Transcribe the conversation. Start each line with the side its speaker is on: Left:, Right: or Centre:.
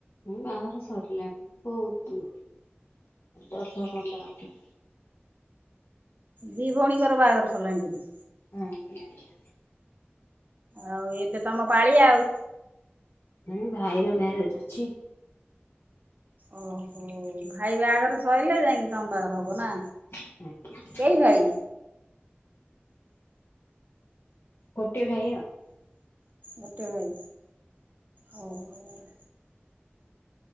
Left: ହଁ ବାଘର ସରିଲାଣି ବହୁତ ଦଶ ପନ୍ଦର
Right: ଦି ଭଉଣୀଙ୍କର ବାହାଘର ସରିଲାଣି ବୋଧେ?
Left: ଆଜ୍ଞା ଆଜ୍ଞା।
Right: ଆଉ ଏବେ ତମ ପାଳିଆ ଆଉ।
Left: ନାଇଁ ଭାଇର ମ୍ୟାରେଜ୍ ଅଛି।
Right: ଓହୋ। ଉ ଭାଇ ବାହାଘର ସଇଲେ ଯାଇଁକି ତମ ବାହାଘର ହବ ନା?
Left: ଆଜ୍ଞା।
Right: କେଇ ଭାଇ?
Left: ଗୋଟେ ଭାଇ ଆଉ।
Right: ଗୋଟେ ଭାଇ ଆଉ